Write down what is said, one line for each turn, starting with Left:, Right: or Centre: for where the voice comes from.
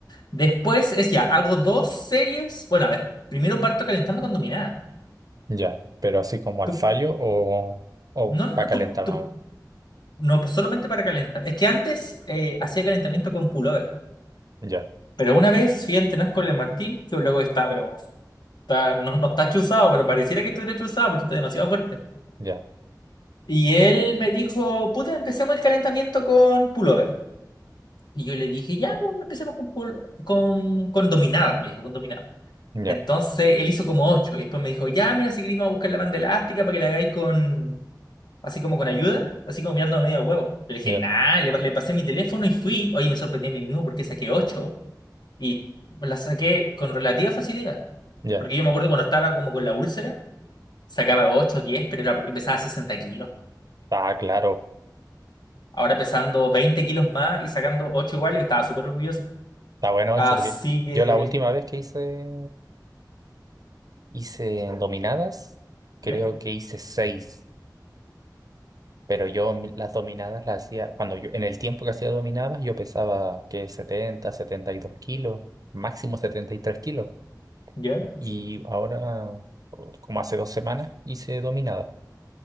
Left: Después es ya, hago dos series. Bueno, a ver, primero parto calentando con dominada.
Right: Ya. Pero así como al
Left: Tú-
Right: fallo o, o
Left: no, no,
Right: para
Left: no,
Right: calentar,
Left: tú, tú-
Right: no.
Left: no, pues solamente para calentar. Es que antes eh, hacía calentamiento con pullover.
Right: Ya,
Left: Pero una vez fui a entrenar con el Martín, que luego está, pero Está- no, no está chuzado, pero pareciera que estuviera chuzado porque está demasiado fuerte.
Right: ya,
Left: Y él me dijo, puta, empecemos el calentamiento con pullover. Y yo le dije, ya, pues empecemos con, pull- con, con dominadas, me dijo, con dominadas.
Right: ya,
Left: Entonces él hizo como ocho y después me dijo, ya, mira, si queréis vamos a buscar la banda elástica para que la hagáis con, así como con ayuda, así como mirando a medio huevo. Le dije,
Right: ya,
Left: nah, le, le pasé mi teléfono y fui. Oye, me sorprendí a mí mismo porque saqué ocho y la saqué con relativa facilidad.
Right: ya.
Left: Porque yo me acuerdo cuando estaba como con la úlcera. Sacaba 8 10 pero era porque pesaba 60 kilos.
Right: Ah, claro.
Left: Ahora pesando 20 kilos más y sacando 8 iguales, estaba súper orgulloso.
Right: Está bueno,
Left: Así
Right: hecho, porque
Left: que,
Right: yo la última vez que hice, hice dominadas, creo
Left: ya,
Right: que hice seis. Pero yo mi- las dominadas las hacía, cuando yo, en el tiempo que hacía dominadas, yo pesaba que 70, 72 kilos, máximo 73 kilos.
Left: ya,
Right: Y ahora, o- como hace dos semanas, hice dominadas,